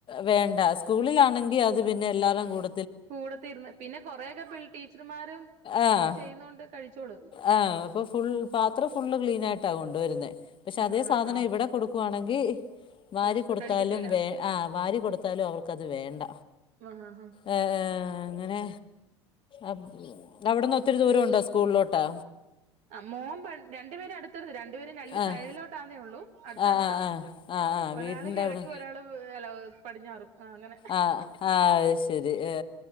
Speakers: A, on the left (about 35°); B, on the right (about 50°).
A: വേണ്ട സ്കൂളിലാണെങ്കിൽ അത് പിന്നെ എല്ലാരും കൂട
B: കൂടെത്തിരുന്ന് പിന്നെ കൊറെക്കെ ടീച്ചർമാരും
A: ആഹ്
B: ഇത് ചെയ്യുന്നോണ്ട് കഴിച്ചോളും
A: ആഹ് ഇപ്പൊ ഫുൾ പാത്രം ഫുള്ള് ക്ലീനായിട്ടാണ് കൊണ്ടുവരുന്നത് പക്ഷെ
B: ആഹ്
A: അതേ
B: ആഹ്
A: സാധനം
B: ആഹ്
A: ഇവിടെ കൊടുക്കുവാണെങ്കി വാരി
B: പ്രശ്ന
A: കൊടുത്താലും
B: കഴിക്കത്തില്ല
A: വേ ആഹ് വാരി കൊടുത്താലും അവൾക്കത് വേണ്ട
B: ആഹ് ഹ ഹ
A: ഏ ഏഹ് എങ്ങനെ അ അവിട്ന്ന് ഒത്തിരി ദൂരമുണ്ടോ സ് സ്കൂൾലോട്ട്
B: മോൻ പ രണ്ടു പേരും അടുത്തെടുത്ത് രണ്ടുപേരും രണ്ട്
A: ആഹ്
B: സൈഡിലോട്ടാന്നേള്ളൂ അടുത്തടുത്താ
A: ആഹ് ആഹ് ആഹ് ആഹ് ആഹ്
B: ഒരാള്
A: വീടിന്റെ
B: കെഴക്കും
A: അവിടെ
B: ഒരാള് എല പടിഞ്ഞാറും അങ്ങനെ
A: ആഹ് ആഹ് അശരി ഏ